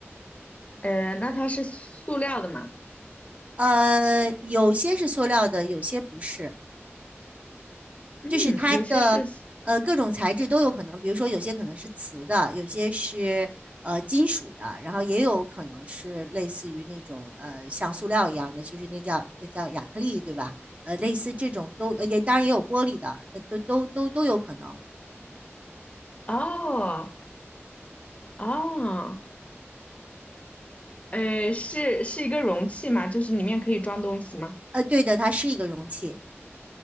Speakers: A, on the left; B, on the right.
A: 呃，那它是塑料的吗？
B: 呃，有些是塑料的，有些不是。
A: 嗯，
B: 就是它的呃各种材质都有可能，
A: 有些是塑
B: 比如说有些可能是瓷的，有些是呃金属的，然后也有可能是类似于那种呃像塑料一样的，就是那叫那叫亚克力，对吧？呃，类似这种都呃也当然也有玻璃的，呃都都都都有可能。
A: 哦哦，呃，是是一个容器吗？就是里面可以装东西吗？
B: 呃，对的，它是一个容器，